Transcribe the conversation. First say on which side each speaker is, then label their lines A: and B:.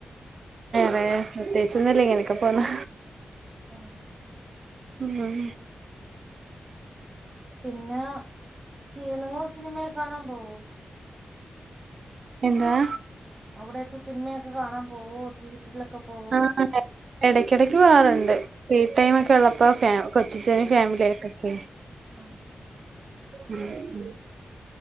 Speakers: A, on the right (about 65°); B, on the right (about 20°).
A: വേറെ പ്രത്യേകിച്ച് ഒന്നുല്ല ഇങ്ങനൊയൊക്കെ പോവ്ന്ന്
B: ആഹ്
A: ഉം ഉം
B: പിന്നെ <unintelligible> ങ്ങളെ സിനിമയൊക്കെ കാണാൻ പോവോ
A: എന്തുവാ
B: അവിടെയൊക്കെ സിനിമയൊക്കെ കാണാൻ പോവോ തിയേറ്ററിലൊക്കെ പോ
A: ആഹ്, <unintelligible> എടയ്ക്കെടയ്ക്ക് പോകാറുണ്ട് ഫ്രീ ടൈം ഒക്കെ ഉള്ളപ്പോ ഫാ കൊച്ചച്ചനും ഫാമിലി ആയിട്ടൊക്കെ.
B: ആ
A: ഉം ഉം